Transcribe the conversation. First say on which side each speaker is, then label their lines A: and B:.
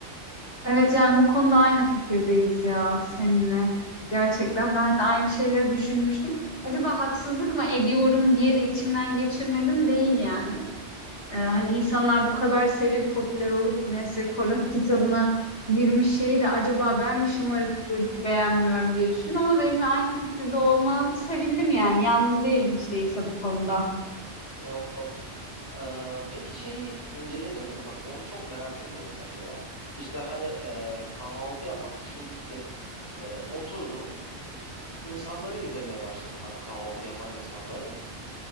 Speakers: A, on the left; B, on the left.
A: Evet yani bu konuda aynı fikirdeyiz ya seninle. Gerçekten ben de aynı şeyleri düşünmüştüm. Acaba haksızlık mı ediyorum diye de içimden geçirmedim değil yani. Ee, hani insanlar bu kadar sevip popüler olup Guinness Rekorlar <laughs> kitabına girmiş şeyi de acaba ben mi şımarıklık edip beğenmiyorum diye düşündüm ama benimle aynı fikirde olmanıza sevindim yani. Yalnız değilim hiç değilse bu konuda.
B: Yok yok. E, peki şeyi inceledin mi? Bak onu çok merak ediyorum mesela. İşte hani e, kahvaltı yapmak için gittim. E, oturdum. insanları izlemeye başladım hani kahvaltı yapan insanları.